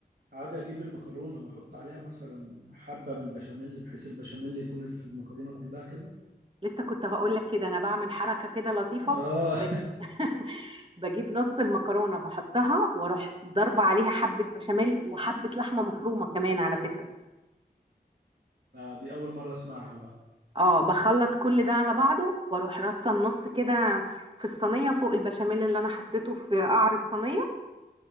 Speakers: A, on the right; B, on the right.
A: عادي اجيب المكرونه واحط عليها مثلا حبه من البشاميل بحيث البشاميل يكون في المكرونه كلها كده
B: لسه كنت هقول لك كده انا بعمل حركة كده لطيفة
A: اه
B: ب- <laughs> بجيب نص المكرونة بحطها واروح ضربة عليها حبة بشاميل وحبة لحمة مفرومة كمان على فكرة
A: <laughs> آه، دي اول مره اسمعها بقى
B: اه بخلط كل ده على بعضه واروح رصة النص كده في الصينية فوق البشاميل اللي انا حطيته في قعر الصينية